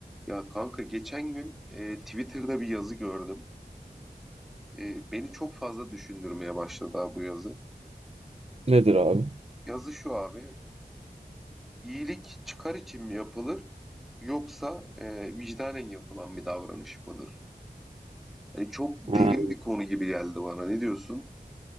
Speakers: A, in the centre; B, on the right.
A: Ya kanka geçen gün e, Twitter'da bir yazı gördüm. E, beni çok fazla düşündürmeye başladı ha bu yazı.
B: Nedir abi?
A: Yazı şu abi, iyilik çıkar için mi yapılır yoksa e, vicdanen yapılan bir davranış mıdır? Yani çok derin
B: Ha,
A: bir konu gibi geldi bana. Ne diyorsun?